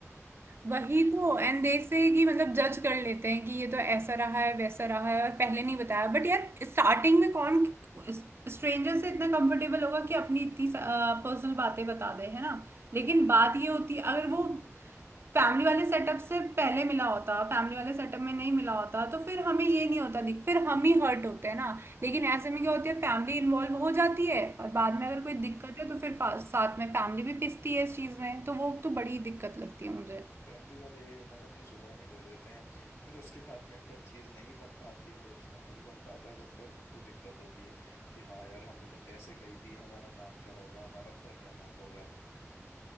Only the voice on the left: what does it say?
हाँ
फैमिली वाले यही होता है ना अपनी जुबान ही दे देते हैं फिर उसके बाद में अगर चीज नहीं बन पाती है रिश्ता नहीं बन पाता है तो फिर उनको दिक्कत होती है कि हाँ यार हमने तो ऐसे कही थी हमारा नाम क्या होगा हमारा उधर क्या नाम होगा